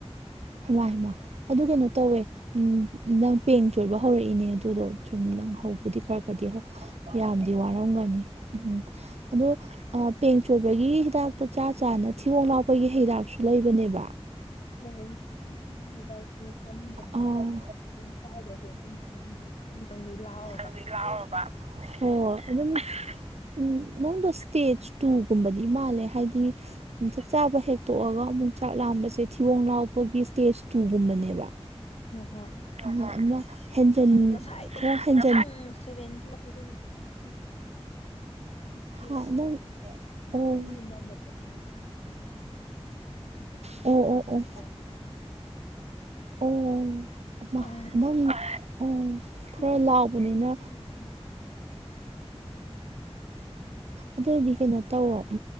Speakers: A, on the right; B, on the left.
A: ꯍꯩꯃ ꯍꯩꯃ ꯑꯗꯨ ꯀꯩꯅꯣ ꯇꯧꯋꯦ ꯅꯪ ꯄꯦꯡ ꯆꯣꯏꯕ ꯍꯧꯔꯛꯏꯅꯦ ꯑꯗꯨꯗꯣ ꯁꯨꯝ ꯅꯪ
B: ꯑꯝ
A: ꯍꯧꯕꯨꯗꯤ ꯈꯔ ꯈꯔꯗꯤ ꯍꯧ ꯌꯥꯝꯗꯤ ꯋꯥꯔꯝꯒꯅꯤ ꯎꯝꯝ ꯑꯗꯣ ꯑ ꯄꯦꯡ ꯆꯣꯏꯕꯒꯤ ꯍꯤꯗꯥꯛꯇꯨ ꯆꯥ ꯆꯥꯅ ꯊꯤꯕꯣꯡ ꯂꯥꯎꯕꯒꯤ ꯍꯤꯗꯥꯛꯁꯨ ꯂꯩꯕꯅꯦꯕ
B: ꯍꯣꯏ ꯊꯤꯕꯣꯡ ꯂꯥꯎꯕꯩ ꯍꯤꯗꯥꯛꯇꯨ ꯆꯥꯅꯤꯡꯗꯕ
A: ꯑꯥ
B: ꯑꯗꯨꯗꯣ ꯑꯗꯨꯝ ꯆꯥꯏꯗꯁꯨ ꯑꯗꯨꯝ ꯊꯤꯕꯣꯡꯗꯤ ꯈꯤꯇꯪ ꯈꯤꯇꯪꯗꯤ ꯂꯥꯎ
A: ꯂꯥꯎꯔꯕ ꯍꯣꯢ ꯑꯗꯨꯝ ꯎꯝ ꯅꯪꯗꯣ ꯏꯁꯇꯦꯖ ꯇꯨꯒꯨꯝꯕꯗꯤ ꯃꯥꯜꯂꯦ ꯍꯥꯏꯗꯤ ꯆꯥꯕ ꯍꯦꯛꯇꯣꯛꯑꯒ ꯑꯃꯨꯛ ꯆꯥꯛ ꯂꯥꯝꯕꯁꯦ ꯊꯤꯕꯣꯡ ꯂꯥꯎꯕꯒꯤ ꯏꯁꯇꯦꯖ ꯇꯨꯒꯨꯝꯕꯅꯦꯕ
B: ꯍꯣꯏ
A: ꯑꯝꯍꯝ ꯍꯦꯟꯖꯦꯟ
B: ꯉꯁꯥꯏ
A: ꯈꯔ
B: ꯑꯌꯨꯛꯇ
A: ꯍꯦꯟꯖꯟ
B: ꯄꯨꯡ ꯁꯦꯚꯦꯟ ꯗꯨ ꯋꯥꯏꯗꯒꯤ ꯆꯥꯔꯦ ꯍꯧꯖꯤꯛꯁꯦ
A: ꯍꯥ ꯅꯪ ꯑꯣ
B: ꯇꯤꯟꯒꯨꯝꯕ ꯃꯇꯝꯅꯦꯕ ꯑꯗꯨꯕꯨꯀꯣ ꯑꯩꯁꯨ ꯑꯗꯨꯃꯥꯏ
A: ꯑꯣ
B: ꯊꯕꯛ
A: ꯑꯣ
B: ꯑꯃ
A: ꯑꯣ
B: ꯇꯧꯔꯕ
A: ꯑꯣ ꯍꯩꯃꯥ
B: ꯑꯩ
A: ꯅꯪ ꯄꯨꯡ ꯇꯔꯦꯠ
B: ꯇꯨꯝꯁꯨ
A: ꯂꯥꯛꯄꯅꯤꯅ
B: ꯇꯨꯝꯃꯦ ꯌꯥꯝꯅ
A: ꯑꯗꯨꯑꯣꯏꯗꯤ ꯀꯩꯅꯣ ꯇꯧꯔꯣ